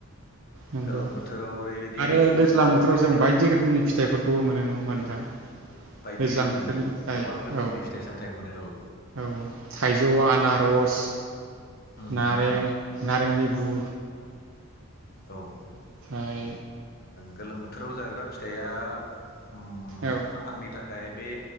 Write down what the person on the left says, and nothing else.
गोलोम बोथोराव ओरैबायदि
बायदि
रोखोमनि
गोबां रोखोमनि
फिथाइ सामथाइ मोनो औ।
उम
उम
औ ओ
गोलोम बोथोराव जाग्रा फिथाइया उ
आंनि थाखाय बे